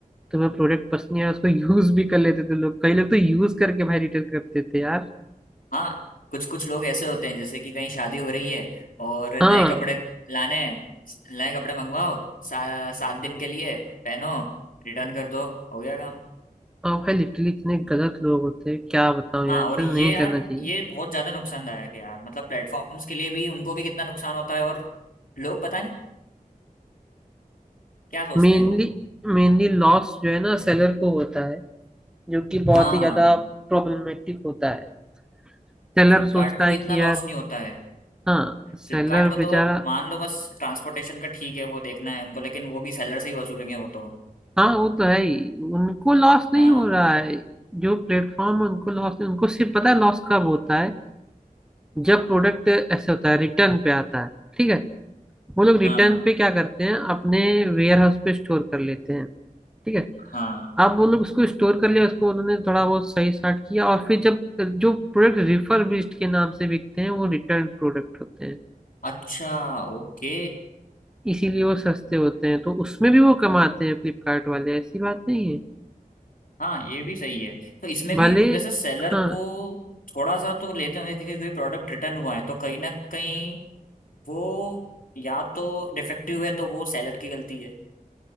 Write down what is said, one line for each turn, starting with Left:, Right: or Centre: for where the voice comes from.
Centre: तुम्हें प्रोडक्ट पसंद नहीं आया उसको यूज भी कर लेते थे लोग कई लोग तो यूज करके भाई रिटर्न करते थे यार
Left: हाँ कुछ कुछ लोग ऐसे होते हैं जैसे कि कहीं शादी हो रही है और
Centre: हाँ
Left: नए कपड़े लाने हैं नए कपड़े मंगवाओ सा, सात दिन के लिए पहनो रिटर्न कर दो हो गया काम
Centre: और भाई लिटरली इतने गलत लोग होते हैं क्या बताऊं
Left: हाँ
Centre: यार इतना
Left: और ये
Centre: नहीं
Left: यार
Centre: करना चाहिए
Left: ये बहुत ज्यादा नुकसानदायक है यार मतलब प्लेटफॉर्म्स के लिए भी उनको भी कितना नुकसान होता है और लोग पता नहीं क्या सोचते
Centre: मेनली
Left: हैं लोग
Centre: मेनली लॉस जो है ना सेलर को होता है जो कि
Left: हाँ
Centre: बहुत ही ज्यादा
Left: हाँ
Centre: प्रॉब्लमेटिक होता है सेलर
Left: फ्लिपकार्ट
Centre: सोचता
Left: को भी
Centre: है
Left: इतना
Centre: कि
Left: लॉस
Centre: यार
Left: नहीं होता है
Centre: हाँ सेलर
Left: फ्लिपकार्ट को
Centre: बेचारा
Left: तो मान लो बस ट्रांसपोर्टेशन का ठीक है वो देखना है उनको लेकिन वो भी सेलर से ही वसूलेंगे वो तो
Centre: हाँ वो तो है ही उनको लॉस नहीं
Left: हाँ
Centre: हो रहा है जो प्लेटफॉर्म उनको लॉस नहीं उनको सिर्फ पता है लॉस कब होता है जब प्रोडक्ट ऐसे होता है रिटर्न पे आता है ठीक है वो लोग रिटर्न
Left: हाँ
Centre: पे क्या करते हैं अपने वेयर हाउस पे स्टोर कर लेते हैं ठीक है
Left: हाँ
Centre: अब वो लोग उसको स्टोर कर लिया उसको उन्होंने थोड़ा बहुत सही साट किया और फिर जब जो प्रोडक्ट रिफर्बिश्ड के नाम से बिकते हैं वो रिटर्न प्रोडक्ट होते हैं
Left: अच्छा ओके
Centre: इसीलिए वो सस्ते होते हैं तो उसमें भी वो कमाते हैं फ्लिपकार्ट वाले ऐसी बात नहीं है
Left: हाँ ये भी सही है तो इसमें
Centre: भले
Left: भी वैसे सेलर
Centre: हाँ
Left: को थोड़ा सा तो लेते होंगे क्योंकि कोई प्रोडक्ट रिटर्न हुआ है तो कहीं ना कहीं वो या तो डिफेक्टिव है तो वो सेलर की गलती है